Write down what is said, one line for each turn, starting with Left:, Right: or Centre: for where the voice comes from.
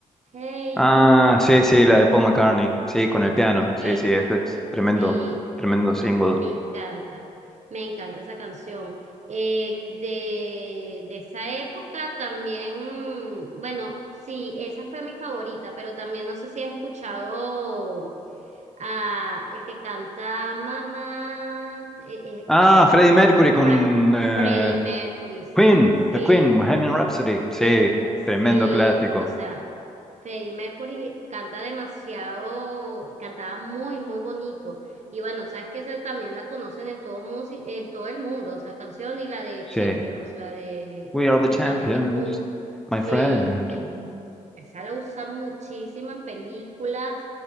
Right: Hey
Centre: Ah,
Right: Jude, algo
Centre: sí,
Right: así.
Centre: sí, la de Paul McCartney. Sí, con el piano. Sí,
Right: Esa,
Centre: sí, ese es tremendo,
Right: sí,
Centre: tremendo single.
Right: me encanta, me encanta esa canción. Eh, de, de esa época también, bueno, sí, esa fue mi favorita, pero también no sé si has escuchado a el que canta Mamá, eh, eh,
Centre: Ah,
Right: pues este,
Centre: Freddie
Right: ¿cómo
Centre: Mercury
Right: es?
Centre: con
Right: Fra-
Centre: eh,
Right: Freddie Mercury, sí,
Centre: Queen,
Right: sí.
Centre: The Queen, Bohemian Rhapsody. Sí,
Right: De, cu- sí,
Centre: tremendo clásico.
Right: o sea, Freddie Mercury canta demasiado, cantaba muy, muy bonito. Y bueno, sabes que esa también la conocen en todo, musi- en todo el mundo, o sea, canción y la de
Centre: Sí.
Right: Champions, la de
Centre: We are the
Right: que
Centre: champions,
Right: también es muy, sí,
Centre: my friend.
Right: es, mu- esa la usan muchísimo en películas